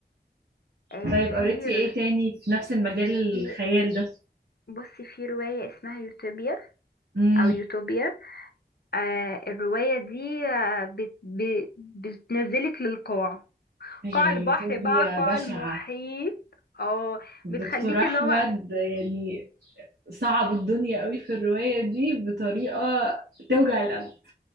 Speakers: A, on the left; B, on the right.
A: آه
B: طيب
A: في
B: قريتي ايه
A: ر-
B: تاني في نفس المجال
A: في
B: الخيال ده
A: بصي في روايه اسمها يوتوبيا
B: امم
A: او يوتوبيا آه الرواية دي آه بت ب- بتنزلك للقاع
B: هي
A: قاع البحر
B: يوتوبيا
A: بقى قاع
B: بشعة
A: المحيط اه
B: الدكتور
A: بتخليك
B: احمد
A: اللي هو
B: يعني صعب الدنيا قوي في الرواية دي بطريقة توجع القلب